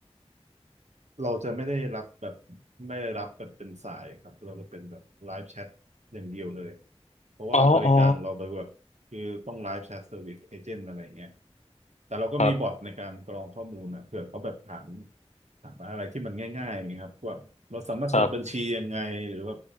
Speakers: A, on the right; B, on the left.
A: เราจะไม่ได้รับแบบไม่ได้รับแบบเป็นสายครับเราจะเป็นแบบไลฟ์แชทอย่างเดียวเลย
B: <laughs>
A: เพราะว่าบริการเราไปแบบคือต้องไลฟ์แชทเซอร์วิสเอเจนต์อะไรเงี้ย
B: อ๋ออ๋อ
A: แต่เราก็มีบอทในการกรองข้อมูลนะเผื่อเขาแบบถาม
B: ครับ
A: ถามอะไรที่มันง่ายๆนะครับว่าเราสามารถเปิดบัญชียังไงหรือว่า
B: ครับ